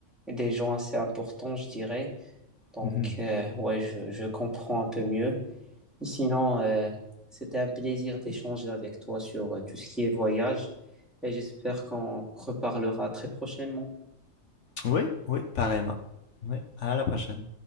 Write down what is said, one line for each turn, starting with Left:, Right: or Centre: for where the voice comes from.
Centre: des gens assez importants, je dirais. Donc,
Left: <laughs>
Centre: euh, ouais, je, je comprends un peu mieux. Sinon, euh, c'était un plaisir d'échanger avec toi sur euh, tout ce qui est voyage et j'espère qu'on reparlera très prochainement.
Left: Oui, oui, pareillement. Oui, à la prochaine.